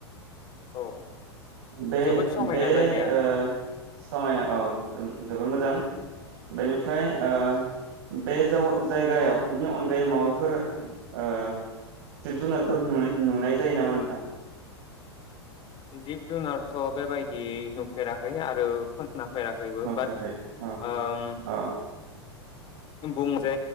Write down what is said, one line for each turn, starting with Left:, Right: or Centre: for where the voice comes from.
Left: औ
Right: बे
Left: जोबोद समायना
Right: बे
Left: जायगाया
Right: ओ समायना औ जोबोर मोजां बेनिफ्राय ओ बे जायगायाव बिनि अनगायै माबाफोर ओ जिब जुनारफोर नुनाय जायो नामा नोंथां।
Left: जिब जुनारथ' बेबायदि नुफेराखै आरो खोनाफेराखैबो
Right: नुफेराखै
Left: बाट
Right: औ
Left: ओम
Right: औ
Left: बुं जे